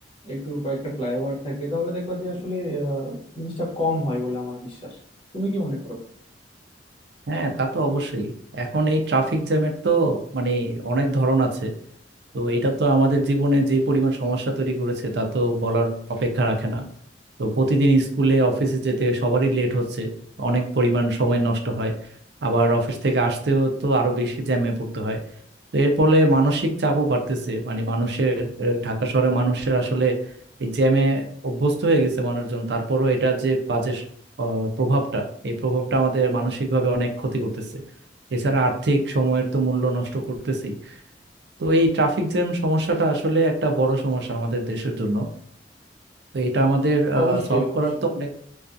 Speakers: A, on the left; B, on the right.
A: একটু কয়েকটা ফ্লাইওভার থাকে তাহলে দেখবা যে আসলে আহ, জিনিসটা কম হয় বলে আমার বিশ্বাস তুমি কি মনে করো
B: হ্যাঁ তা তো অবশ্যই এখন এই ট্রাফিক জ্যামের তো মানে অনেক ধরন আছে তো এটা তো আমাদের জীবনে যে পরিমাণ সমস্যা তৈরি করেছে তা তো বলার অপেক্ষা রাখে না তো প্রতিদিন স্কুলে অফিসে যেতে সবারই লেট হচ্ছে অনেক পরিমাণ সময় নষ্ট হয় আবার অফিস থেকে আসতেও তো আরো বেশি জ্যামে পড়তে হয় তো এর ফলে মানসিক চাপও বাড়তেছে মানে মানুষের আহ, ঢাকা শহরে মানুষের আসলে এই জ্যামে অভ্যস্ত হয়ে গেছে মানুষজন তারপরও এটা যে বাজে আহ, প্রভাবটা এই প্রভাবটা আমাদের মানসিকভাবে অনেক ক্ষতি করতেছে এছাড়া আর্থিক সময়ের তো মূল্য নষ্ট করতেছেই তো এই ট্রাফিক জ্যাম সমস্যাটা আসলে একটা বড় সমস্যা আমাদের দেশের জন্য তো এটা আমাদের
A: অবশ্যই
B: সলভ
A: অবশ্যই
B: করার তো অনেক